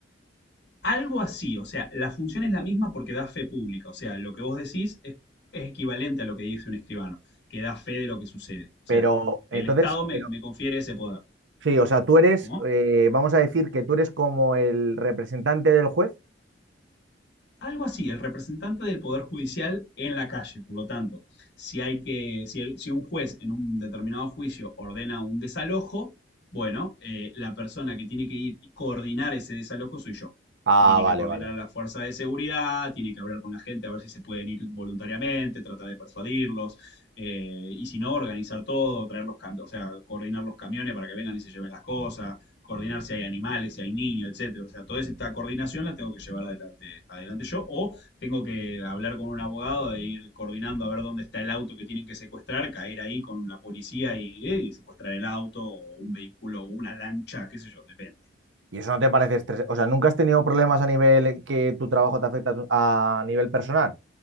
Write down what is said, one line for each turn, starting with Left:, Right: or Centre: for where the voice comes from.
Left: Algo así, o sea, la función es la misma porque da fe pública, o sea, lo que vos decís es, es equivalente a lo que dice un escribano, que da fe de lo que sucede. O
Right: pero
Left: sea,
Right: entonces,
Left: el Estado me,
Right: pero
Left: me confiere ese poder.
Right: sí, o sea, tú eres,
Left: ¿Cómo?
Right: eh, vamos a decir que tú eres como el representante del juez.
Left: algo así, el representante del Poder Judicial en la calle. Por lo tanto, si, hay que, si, el- si un juez en un determinado juicio ordena un desalojo, bueno, eh, la persona que tiene que ir y coordinar ese desalojo soy yo.
Right: Ah,
Left: Que tiene
Right: vale,
Left: que coordinar
Right: vale.
Left: a la fuerza de seguridad, tiene que hablar con la gente a ver si se pueden ir voluntariamente, tratar de persuadirlos, eh, y si no, organizar todo, traer los camiones, o sea, coordinar los camiones para que vengan y se lleven las cosas coordinar si hay animales, si hay niños, etcétera. O sea, toda esta coordinación la tengo que llevar adelante, adelante yo, o tengo que hablar con un abogado e ir coordinando a ver dónde está el auto que tienen que secuestrar, caer ahí con la policía y, eh, y secuestrar el auto, o un vehículo, o una lancha, qué sé yo, depende.
Right: ¿Y eso no te parece estresante? O sea, ¿nunca has tenido problemas a nivel que tu trabajo te afecta a, tu- a nivel personal?